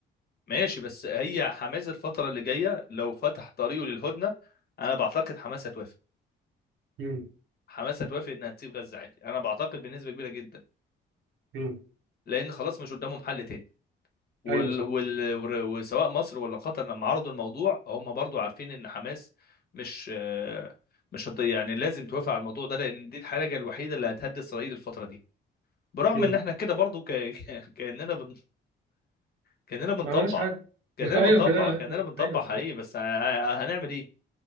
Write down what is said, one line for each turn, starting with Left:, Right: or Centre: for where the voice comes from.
Left: ماشي بس هي حماس الفترة اللي جاية لو فتح طريقه للهدنة انا بعتقد حماس هتوافق
Right: مم.
Left: حماس هتوافق انها تسيب غزة عادي انا بعتقد بنسبة كبيرة جدا
Right: مم.
Left: لان خلاص مش قدامهم حل تاني وال...
Right: ايوه صح
Left: وال... ور- وسواء مصر ولا قطر لما عرضوا الموضوع هم برضو عارفين ان حماس مش آه، مش هت... يعني لازم توافق على الموضوع ده لان دي الحاجه الوحيده اللي هتهدي اسرائيل الفتره دي برغم
Right: مم.
Left: ان احنا كده برضو ك... <laughs> ك- كاننا بن... كاننا بنطبع
Right: ما عملناش حاجة
Left: كاننا
Right: <laughs> ايوه
Left: بنطبع
Right: كده ايوه
Left: كاننا بنطبع
Right: أيوة.
Left: حقيقي بس ه... هنعمل ايه